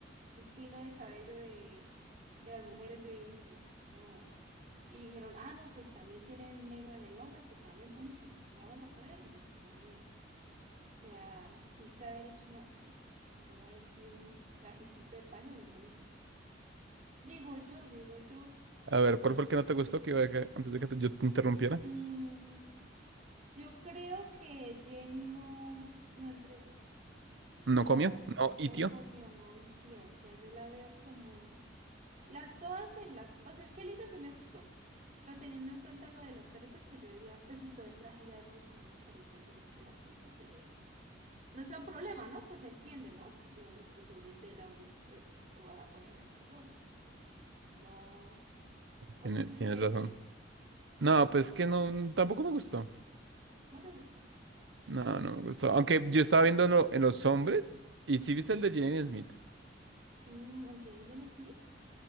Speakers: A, on the right; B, on the right.
A: estilo de cabello de, de las mujeres de hoy en día. No. Y dijeron, ah, no, pues también tienen negro en el hombre, pues también pon- te, te vamos a poner un vestido negro. O sea, pudiste haber hecho más, amigo. Pudo haber sido un trajecito de paño bien bonito. Digo yo, digo yo.
B: A ver, ¿cuál fue el que no te gustó? Que iba a que- antes de que te- yo te interrumpiera.
A: Mm, Yo creo que Jenny no, no entregó,
B: ¿No
A: no,
B: comió? ¿No
A: no
B: tío?
A: comió, no hitió. O sea, yo la veo como las todas de Black. O sea, es que Lisa sí me gustó. Pero teniendo en cuenta lo de las caritas, pues yo diría, pues si todo el traje ya de por sí tiene caritas del, del artista, pues yo digo, no es tan problema, ¿no? Pues se entiende, ¿no? Digamos, pues sobre tela, bro, eh, voy a ponerle el cartón. No. ¿O
B: Tienes,
A: tú qué
B: tienes
A: crees
B: razón.
A: de eso?
B: No, pues que no, tampoco me gustó.
A: ¿No te gustó?
B: No, no me gustó. Aunque yo estaba viéndolo en los hombres. ¿Y sí viste el de Jaden Smith?
A: Mm, Jaden Smith.